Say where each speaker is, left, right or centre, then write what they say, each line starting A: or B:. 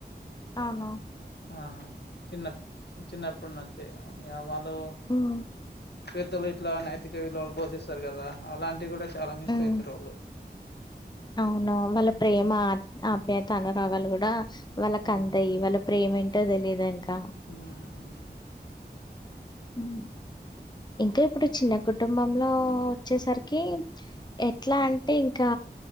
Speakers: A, on the left (about 25°); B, on the left (about 75°).
A: అవును
B: ఆ చిన్న చిన్నప్పటి నుంచి ఆ వాళ్ళు
A: ఉమ్
B: పెద్దలు ఇట్లా నైతిక విలువలు బోధిస్తారు కదా అలాంటివి కూడా చాలా మిస్
A: ఉమ్
B: అయితరు వాళ్ళు
A: అవును వాళ్ళ ప్రేమ
B: హ్మ్
A: ఆప్యాత అనురాగాగాలు కూడా వాళ్ళకి
B: హ్మ్
A: అంతయ్యి వాళ్ళ ప్రేమ ఏంటో తెలియదు ఇంకా
B: ఉహుమ్
A: <inaudible> హ్మ్ ఇంకా ఇప్పుడు చిన్న కుటుంబంలో వచ్చేసర్కి ఎట్లా అంటే ఇంకా